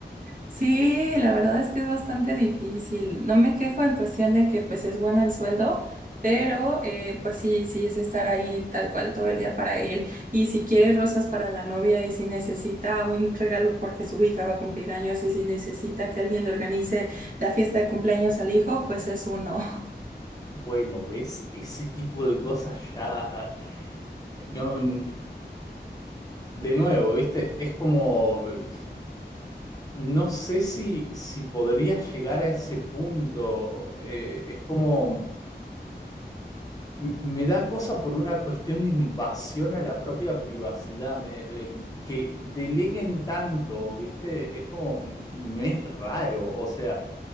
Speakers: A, on the right; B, on the left.
A: Sí, la verdad es que es bastante difícil. No me quejo en cuestión de que pues es bueno el sueldo, pero eh, pues sí, sí es estar ahí tal cual todo el día para él. Y si quiere rosas para la novia y si necesita un regalo porque su hija va a cumplir años y si necesita que alguien le organice la fiesta de cumpleaños al hijo, pues es uno.
B: Bueno, ¿ves? Ese tipo de cosas ya... ah, No, n- de nuevo, ¿viste? Es como... eh, No sé si, si podría llegar a ese punto. eh, es como... m- Me da cosa por una cuestión de invasión a la propia privacidad, me- em, que deleguen tanto, ¿viste? Es como, m- me es raro, o sea...